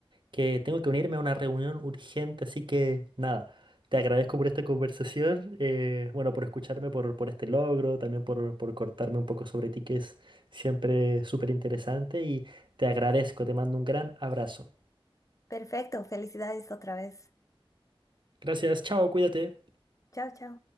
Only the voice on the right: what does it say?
que tengo que unirme a una reunión urgente, así que nada, te agradezco por esta conversación, eh, bueno, por escucharme, por, por este logro, también por, por cortarme un poco sobre ti, que es siempre súper interesante, y te agradezco, te mando un gran abrazo.
Gracias, chao, cuídate.